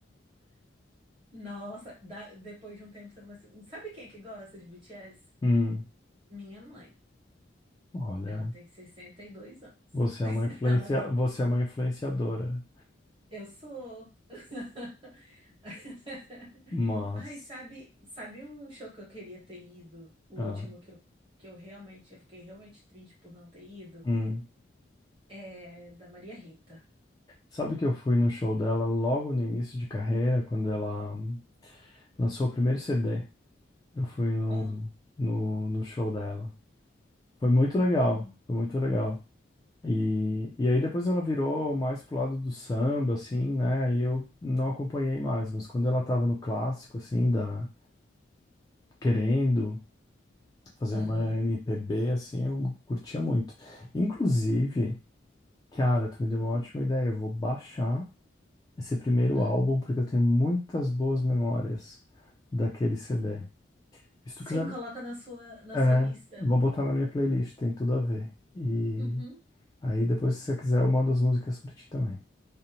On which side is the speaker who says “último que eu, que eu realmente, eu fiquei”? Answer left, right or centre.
Right